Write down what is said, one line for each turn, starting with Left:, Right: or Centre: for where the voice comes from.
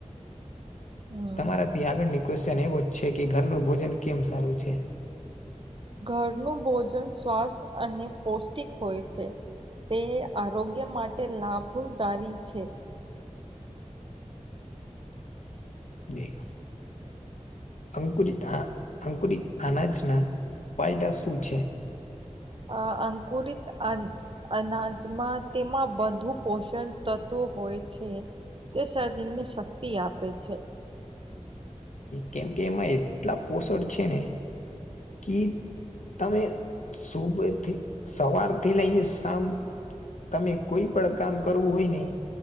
Left: <inaudible>
Right: હમ
Left: તમારાથી આગળની ક્વેશ્ચન એવો છે કે ઘરનું ભોજન કેમ સારું છે.
Right: ઘરનું ભોજન સ્વાસ્થ અને પૌષ્ટિક હોય છે. તે આરોગ્ય માટે લાભદારી છે.
Left: જ અંકુરિત આ અંકુરિત અનાજના ફાયદા શું છે?
Right: અ અંકુરિત અન્ન અનાજમાં તેમાં બધું પોષણ તત્વ હોય છે. તે શરીર ને શક્તિ આપે છે.
Left: કેમ કે એમાં એટલા પોષણ છે ને કે તમે સુબેથી સવારથી લઈને શામ તમે કોઈ પણ કામ કરવું હોય નહી